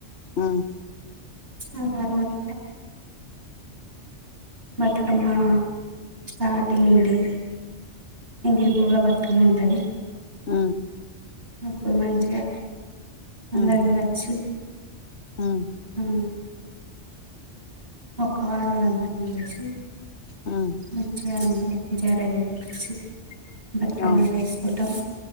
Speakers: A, on the left; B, on the right.
A: ఉమ్
B: ఆ తర్వాత బతుకమ్మ స్టార్టింగ్ డే ఎంగిలిపూవుల బతుకమ్మ టది
A: హ
B: అప్పుడు మంచిగా అందరం
A: ఉమ్
B: కలిసి
A: ఉమ్
B: హా ఒక వాడల అందరం కలిసి
A: ఉమ్ ఉమ్
B: మంచిగా అందరం మంచిగా రెడీ అయ్యేసి బతుకమ్మ
A: అవును
B: పేర్సుకుంటాం